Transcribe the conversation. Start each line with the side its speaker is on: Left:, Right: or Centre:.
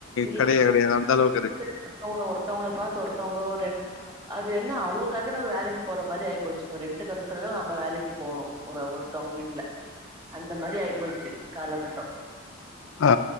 Right: இல்ல
Left: கெடையவே கெடையாது அந்தளவு
Right: <inaudible> ஒருத்தவங்கள பாத்து ஒருத்தவங்க ஒரு அது என்ன அவங்களுக்காக நம்ம வேலைக்கு போற மாரி ஆயிப்போச்சு இப்ப ரெண்ட்டு கட்றத்துக்காக நம்ப வேலைக்கு போகணு ஒரு ஒரு த்தவங்க வீட்ல அந்த மாரி ஆயிப்போச்சு காலகட்டோ
Left: ஆ